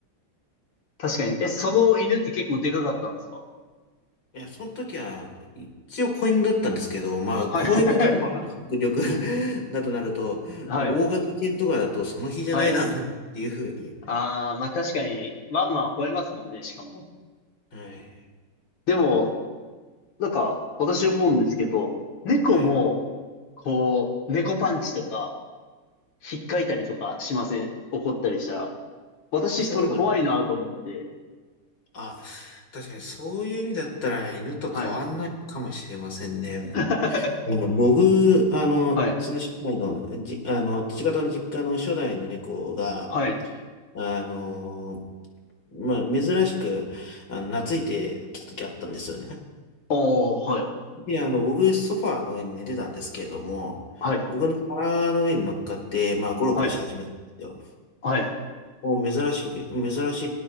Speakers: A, on the left; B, on the left.
A: 確かに。え、その犬って結構でかかったんですか
B: いや、その時は、一応子犬だったんですけど、まあ、
A: はい。
B: 子犬でもあの迫力
A: <laughs>
B: <laughs> だとなると、
A: はい。
B: 大型犬とかだとその日じゃないだろうっていうふうに。
A: はい。ああ、まあ確かに、ワンワン吠えますもんね、しかも。
B: はい。
A: でも、なんか、私思うんですけど、猫も、
B: はい。
A: こう、猫パンチとか、引っかいたりとかしません怒ったりしたら。私、
B: そうです。
A: それ怖いなと思って。
B: あ、確かにそういう意味だったら犬と変わんないのかもしれませんね。
A: はい。<laughs>
B: あの、僕、あの、
A: はい。
B: その初代の、じ、あの、父方の実家の初代の猫が、
A: はい。
B: あの、まあ、珍しく、あの、懐いてきた時あったんですよね。
A: おー、はい。
B: で、あの、僕、ソファーの上に寝てたんですけれども、
A: はい。
B: 僕の腹の上に乗っかって、まあ、ゴロゴロし始めたんですよ。
A: はい。はい。
B: もう、珍しい、珍し